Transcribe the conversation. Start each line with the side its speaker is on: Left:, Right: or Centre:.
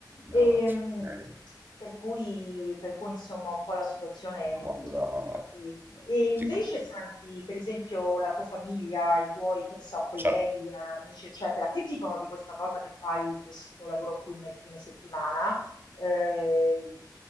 Left: E,
Right: no, ci
Left: mh,
Right: credo,
Left: per cui, per cui, insomma, un po' la situazione
Right: ma
Left: mh,
Right: guarda,
Left: è questa qui e invece
Right: dico,
Left: senti, per esempio, la tua famiglia, i tuoi, che ne so, colleghi,
Right: certo.
Left: amici, eccetera, che dicono di questa cosa che fai questo lavoro qui nel fine settimana? Eh,